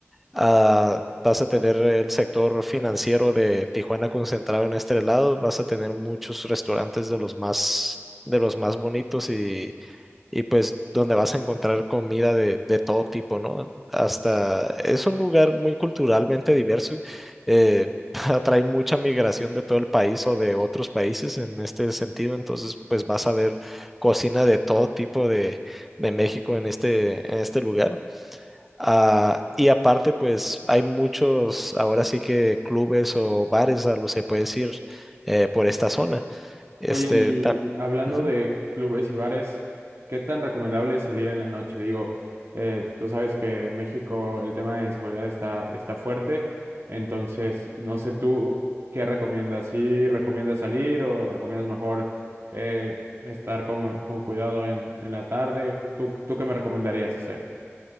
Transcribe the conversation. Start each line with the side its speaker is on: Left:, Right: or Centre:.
Centre: Ah, vas a tener el sector financiero de Tijuana concentrado en este lado, vas a tener muchos restaurantes de los más de los más bonitos y y pues donde vas a encontrar comida de, de todo tipo, ¿no? Hasta es un lugar muy culturalmente diverso, eh, <laughs> atrae mucha migración de todo el país o de otros países en este sentido, entonces pues vas a ver cocina de todo tipo de, de México en este, en este lugar. Ah, y aparte pues hay muchos ahora sí que clubes o bares a los que puedes ir eh, por esta zona. Este,
Right: Oye, y
Centre: ta-
Right: hablando
Centre: Ujú.
Right: de clubes y bares, ¿qué tan recomendable es salir en la noche? Digo, eh, tú sabes que en México el tema de inseguridad está, está fuerte, entonces no sé tú qué recomiendas, si recomiendas salir o recomiendas mejor eh, estar con, con cuidado en, en la tarde, ¿tú, tú qué me recomendarías hacer?